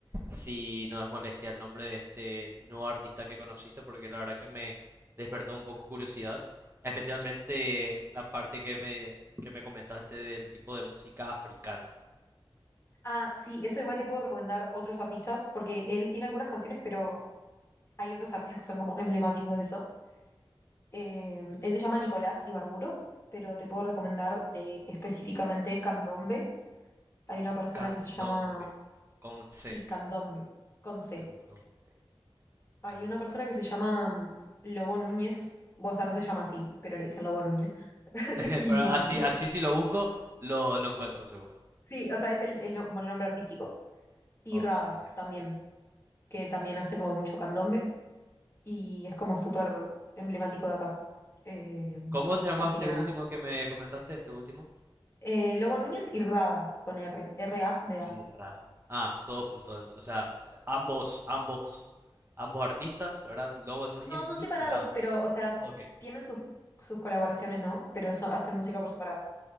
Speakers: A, on the right (about 25°); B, on the left (about 30°).
A: si no es molestia el nombre de este nuevo artista que conociste? Porque la verdad que me despertó un poco curiosidad, especialmente la parte que me, que me comentaste del tipo de música africana.
B: Ah, sí, eso igual te puedo recomendar otros artistas, porque él tiene algunas canciones, pero hay otros artistas que son como emblemáticos de eso. Eh, él se llama Nicolás Ibarburo, pero te puedo recomendar de específicamente Candombe. Hay una persona
A: Candombe,
B: que se llama,
A: con C.
B: sí, Candombe, con C.
A: Candombe,
B: Hay
A: candombe.
B: una persona que se llama mm, Lobo Núñez, o sea, no se llama así, pero le dicen Lobo Núñez. <laughs>
A: <laughs>
B: Y
A: Pero
B: mm,
A: así, así Sí. si lo busco, lo, lo encuentro seguro.
B: sí, o sea, es el, el no- como el nombre artístico. Y
A: Oh,
B: Rada
A: sí, genial.
B: también, que también hace como mucho candombe. y es como súper emblemático de acá. Eh,
A: ¿Cómo se llama
B: así
A: este
B: que nada.
A: último que me comentaste? Este último.
B: Eh, Lobo Núñez y Rada con R, R-A-D-A.
A: Y Rada. Ah, todo junto, entonces, o sea, ambos, ambos, ambos artistas, ¿verdad? Lobo Núñez
B: No, son
A: y
B: separados,
A: Rado.
B: pero, o sea,
A: Ok.
B: tienen sus, sus colaboraciones, ¿no? Pero son- hacen música por separado.